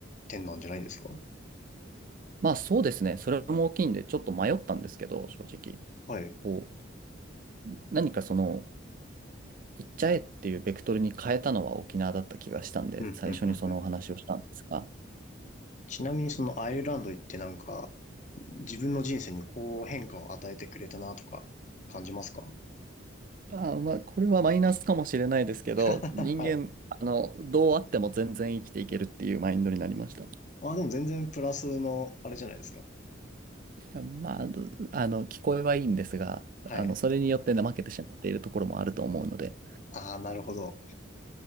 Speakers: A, on the left (about 40°); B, on the right (about 45°).
A: 点なんじゃないですか
B: まあそうですね。それも大きいんで、ちょっと迷ったんですけど、正直。
A: はい。
B: こう、何かその、行っちゃえっていうベクトルに変えたのは沖縄だった気がしたんで、
A: うん、
B: 最初にそのお話をしたんですが、
A: うん、うん、うん。ちなみにそのアイルランド行ってなんか、自分の人生にこう変化を与えてくれたなとか感じますか
B: ああ、まあこれはマイナスかもしれないですけど、
A: <laughs>
B: 人間、
A: はい。
B: あの、どうあっても全然生きていけるっていうマインドになりました。い
A: ああ、でも全然プラスのあれじゃないですか。
B: やまあ、どあの、聞こえはいいんですが、
A: はい。
B: あの、それによって怠けてしまっているところもあると思うので、
A: ああ、なるほど。